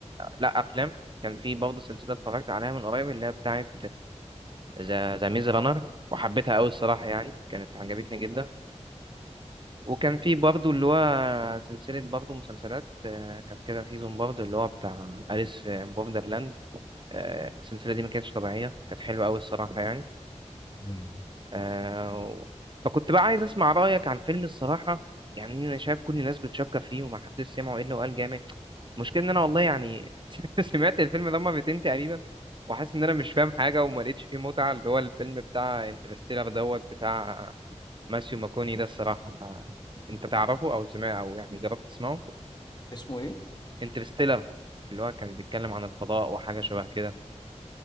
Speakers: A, on the right (about 40°); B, on the left (about 35°).
A: لا افلام كان في برضه سلسله اتفرجت عليها من قريب اللي هي بتاعه ذا ذا ميز رانر وحبيتها قوي الصراحه يعني كانت عجبتني جدا وكان في برضه اللي هو سلسله برضه مسلسلات آه، كانت كده سيزون برضه اللي هو بتاع أليس بوردرلاند السلسله دي ما كانتش طبيعيه كانت حلوه قوي الصراحه يعني
B: مم.
A: آه، فكنت بقى عايز اسمع رايك عن فيلم الصراحه يعني انا شايف كل الناس بتشكر فيه وما حدش سمعه الا وقال جامد المشكله ان انا والله يعني <laughs> سمعت الفيلم ده مرتين تقريبا وحاسس ان انا مش فاهم حاجه وما لقيتش فيه متعه اللي هو الفيلم بتاع انترستيلر دوت بتاع ماسيو ماكوني ده الصراحه ف- انت تعرفه او سمعه او يعني جربت تسمعه
B: اسمه ايه
A: انترستيلر اللي هو كان بيتكلم عن الفضاء وحاجه شبه كده